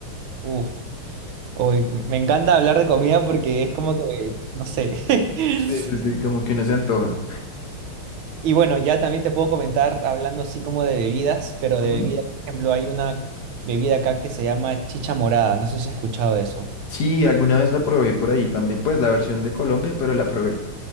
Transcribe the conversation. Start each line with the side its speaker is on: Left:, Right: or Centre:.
Right: Uf, uy, me encanta hablar de comida porque es como que, no sé. <laughs>
Left: Sí, sí, sí, como que uno se antoja.
Right: Y bueno, ya también te puedo comentar hablando así como de bebidas, pero
Left: Ujú,
Right: de bebida, por ejemplo, hay una bebida acá que se llama chicha morada, no sé si has escuchado de eso.
Left: Sí, alguna vez la probé por ahí también, pues la versión de Colombia, pero la probé.